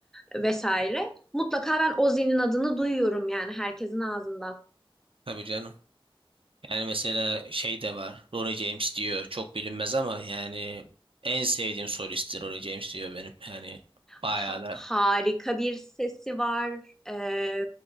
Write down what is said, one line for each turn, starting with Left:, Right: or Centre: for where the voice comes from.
Centre: vesaire. Mutlaka ben Ozzy'nin adını duyuyorum yani herkesin ağzından.
Right: Tabii canım. Yani mesela şey de var. Ronnie James diyor. Çok bilinmez ama yani en sevdiğim solisttir Ronnie James diyor benim. Yani bayağı
Centre: ha-
Right: da.
Centre: harika bir sesi var. Ee,